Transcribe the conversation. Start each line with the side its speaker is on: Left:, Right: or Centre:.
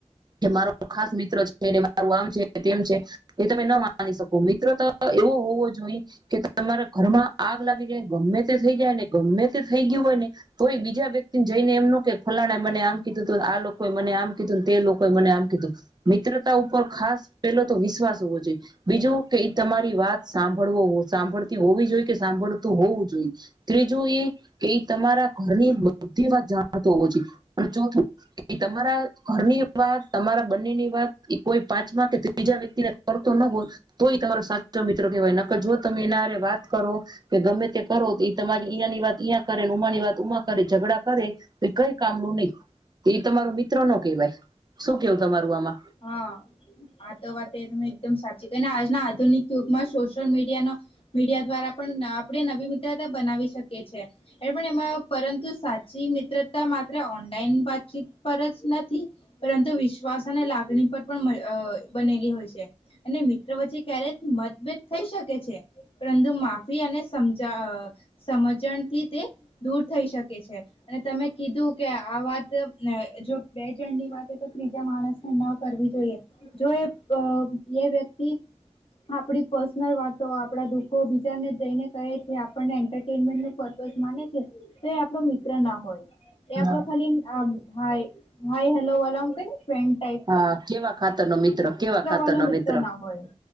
Right: કે મારો ખાસ મિત્ર છે મારું આમ મ છે તેમ છે એ તમે ન માની શકો મિત્ર તો એવો હોવો જોઈ કે તમારા ઘરમાં આગ લાગી જાય ગમે તે થઈ જાય ને ગમે તે થઈ ગયું હોય ને તોય બીજા વ્યક્તિને જઈને એમનું કે ફલાણા મને આમ કીધું તું આ લોકોએ મને આમ કીધુંને તે લોકોએ મને આમ કીધું. મિત્રતા ઉપર ખાસ પેલો તો વિશ્વાસ હોવો જોઈએ. બીજું કે એ તમારી વાત સાંભળવો હો સાંભળતી હોવી જોઈ કે સાંભળતું હોવું જોઈએ. ત્રીજું એ કે તમારા ઘરની બધી વાત જાણતો હોવો જોઈએ. અને ચોથું તમારા ઘરની વાત તમારા બંનેની વાત એ કોઈ પાંચમા કે ત્રીજા વ્યક્તિને કર તો ન હોય તોય તમારો સા ચો મિત્રો કહેવાય નક જો તમે એનારે વાત કરો કે ગમેતે કરો તો એ તમારી ઈયાંની વાત ઇયા કરે ને ઉમાની વાત ઉમા કરે ઝઘડા કરેતો કઈ કામનું નહી. એ તમારો મિત્ર નો કહેવાય. શું કેવું તમારું આમાં?
Left: હા આતો વાતે તમે એકદમ સાચી તેને આજના આધુનિક યુગમાં સોશિયલ મીડિયા નો મીડિયા દ્વારા પણ આ આપણે નવી મિત્રતા બનાવી શકીએ છીએ. એ પણ એમાં પરંતુ સાચી મિત્રતા માત્ર ઓનલાઈન વાતચીત પર જ નથી પરંતુ વિશ્વાસ અને લાગ ગની પર પણ અહ બનેલી હોય છે અને મિત્ર વચ્ચે ક્યારે મતભેદ થઈ શકે છે. પરંતુ માફી અને સમજા આ સમજણથી તે દૂર થઈ શકે છે. અને તમે કીધું કે આ વાત ને જો બે જણની વાત હોય તો ત્રીજા માણસને ન કરવી જોઈએ. જો એ અ એ વ્યક્તિ આપડી પર્સનલ વાતો આપડા દુખો બીજાને જઈને કહે છે. આપને એન્ટરટેન્ટમેન નુ પર્પસ માને છે. તો એ આપણો મિત્ર ના હોય. એ આપડો
Right: હા
Left: ખાલી આ હાય, હાય હેલો એલોન કેને ફ્રેન્ડ ટાઈ
Right: હા કેવા ખાતર નો મિત્ર કેવા, ખાતર
Left: વાળો
Right: નો મિત્ર
Left: ના હોય